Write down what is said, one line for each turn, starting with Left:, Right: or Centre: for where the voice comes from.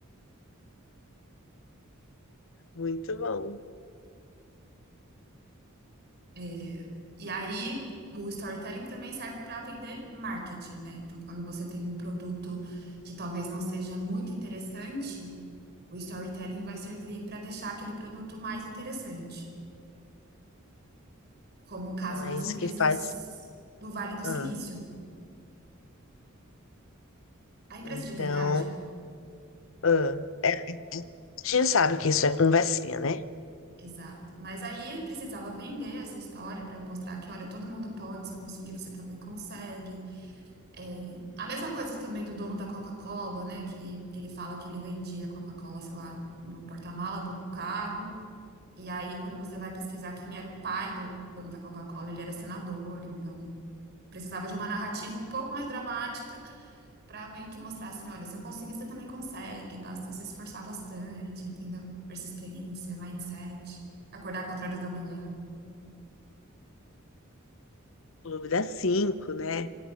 Left: Muito bom.
Right: É, e aí, o storytelling também serve para vender marketing, né? Então, quando você tem um produto que talvez não seja muito interessante, o storytelling vai servir para deixar aquele produto mais interessante, como o caso
Left: Então
Right: das
Left: é isso
Right: empresas
Left: que faz.
Right: do Vale do Silício.
Left: Ah,
Right: A empresa
Left: então,
Right: de garagem?
Left: ah, é- a gente sabe que isso é conversinha, né?
Right: Exato. Mas aí ele precisava vender essa história para mostrar que, olha, todo mundo pode, se eu conseguir, você também consegue. É, A mesma coisa também do dono da Coca-Cola, né? Que ele fala que ele vendia Coca-Cola, sei lá, no porta-mala do carro. E aí, quando você vai pesquisar quem era o pai do dono da Coca-Cola, ele era senador. Então, precisava de uma narrativa um pouco mais dramática Pra meio que mostrar assim, olha, se eu conseguir, você também consegue, basta se esforçar bastante, entendeu? Persistência, mindset, acordar quatro horas da manhã.
Left: Clube das cinco, né?